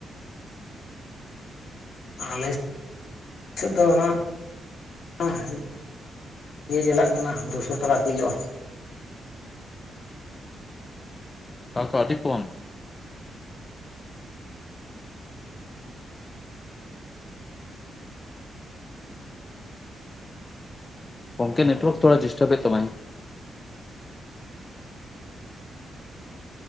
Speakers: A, on the left; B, on the left.
A: ᱟᱞᱮ ᱥᱮᱫ ᱫᱚ ᱚᱱᱟ <unintelligible> ᱤᱭᱟᱹ ᱪᱟᱞᱟᱜ ᱠᱟᱱᱟ ᱫᱩᱥᱚ ᱴᱟᱠᱟ ᱠᱤᱞᱳ,
B: ᱛᱟᱭ ᱚᱸ ᱛᱚ ᱟᱹᱰᱤ ᱠᱚᱢ, ᱜᱚᱝᱠᱮ ᱱᱮᱴᱣᱟᱨᱠ ᱛᱷᱚᱲᱟ ᱰᱤᱥᱴᱟᱵ ᱮᱫ ᱛᱟᱢᱟᱭ,